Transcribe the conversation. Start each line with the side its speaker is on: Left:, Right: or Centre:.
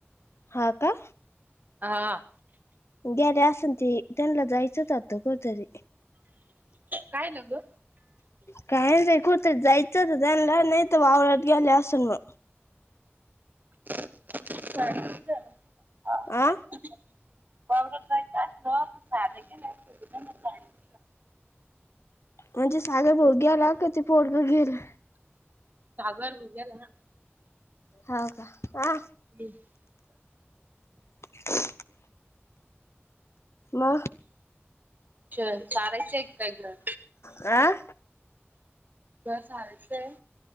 Left: हा का.
Right: हा.
Left: गेल्या असन ते त्यांना जायचंच होत कुठतरी.
Right: काय लग
Left: काय नाय कुठ जायचं होत त्यांला नाही तर वावरात गेल्या असन मग.
Right: <unintelligible>
Left: आं.
Right: <unintelligible>
Left: म्हणजे सागर भाऊ गेला का ते पोरग गेल.
Right: सागर भाऊ गेला ना.
Left: हाव का, आ.
Right: <unintelligible>
Left: <unintelligible> म.
Right: च चारायचं एक काय घर.
Left: आं.
Right: तुला चारायचय.